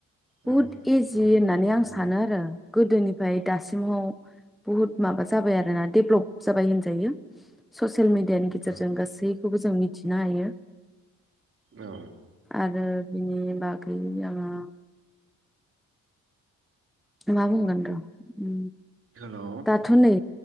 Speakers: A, in the centre; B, on the right.
A: बुहुद
B: औ
A: इजि
B: औ
A: होननानै आं
B: नंगौ
A: सानो आरो। गोदोनि ओमफ्राय दासिमाव बुहुत माबा जाबाय आरो ना डेभलप जाबाय होनजायो। ससियेल मिडियानि गेजेरजों
B: औ
A: गासै खौबो जों मिथिनो हायो।
B: औ
A: आरो बिनि बागै जोङो ला बुंगोन र उम
B: हेलौ
A: दाथ नै